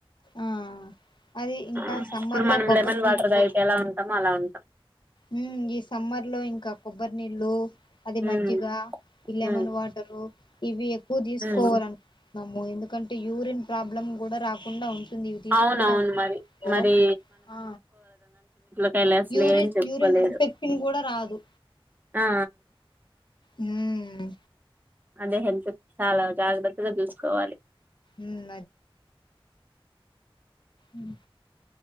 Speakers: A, on the left; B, on the right.
A: ఆ అది ఇంకా
B: మ్
A: సమ్మర్
B: ఇపుడు మనం
A: లో కొబ్బరి
B: లె మ రి
A: నీళ్ళు
B: వాటర్ తాగితే ఎలా ఉంటామో అలా ఉం
A: ఉమ్ ఈ సమ్మర్ లో ఇంకా కొబ్బరి నీళ్లు అది మజ్జిగ
B: ఉమ్
A: లెమన్
B: ఉమ్
A: వాటరు ఇవి ఎక్కువ తీసుకోవాల
B: ఉమ్
A: అనుకుంటున్నాను మో ఎందుకంటే యూరిన్ ప్రాబ్లం కూడా రాకుండా ఉంటుంది ఇవి తీసుకుంటా
B: అవునవును
A: ఉంటాం
B: మరి
A: అనుకో
B: మరి
A: ఆ
B: ళ అసలు
A: యూరిన్
B: ఏం చెప్పుకోలేరు
A: యూరిన్ ఇన్ఫెక్షన్ కూడా రాదు
B: ఆ
A: మ్మ్
B: అదే హెల్త్ చాలా జాగ్రత్తగా చూసుకోవాలి
A: ఉమ్ మ్మ్